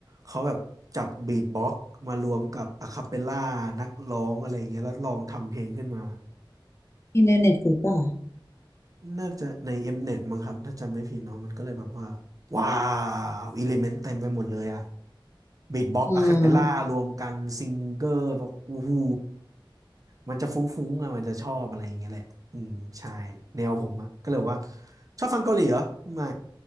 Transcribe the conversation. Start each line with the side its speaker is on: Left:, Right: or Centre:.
Right: เขาแบบจับบีทบ็อกซ์มารวมกับอะคาเปลล่านักร้องอะไรเงี้ยแล้วลองทำเพลงขึ้นมา
Left: ที่ในเน็ตฟลิกซ์อะค่ะ
Right: น่าจะใน Mnet มเน็ตมั้งครับถ้าจำไม่ผิดเนาะมันก็เลยแบบว่าว้าวอิเลเมนต์เต็มไปหมดเลยอะบีทบ็อกซ์อะคาเปล่ารวมกันซิงเกอร์แบบอู้หู
Left: อืม
Right: มันจะฟุ้งๆอะมันจะชอบอะไรอย่างเงี้ยแหละอืมใช่แนวผมอะก็เลยบอกว่าชอบฟังเกาหลีเหรอไม่